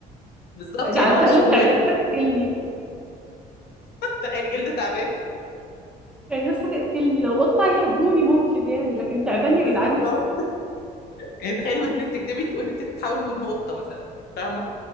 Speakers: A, on the left (about 70°); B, in the centre.
A: بالظبط
B: ده
A: يعني
B: على
A: هو
B: التقلب
A: انا الشغل
B: تعبان
A: يعني
B: الناس
A: هيجيب
B: هتقتلني
A: لي فلوس
B: <laughs>
A: تخيل جلد تعبان
B: يعني الناس هتقتلني لو قطه هيحبوني ممكن يعني لكن تعبان
A: بالظبط
B: يا جدعان
A: يعني تخيل ودنك تكدبي ودنك تتحول لودن قطة مثلا فاهمة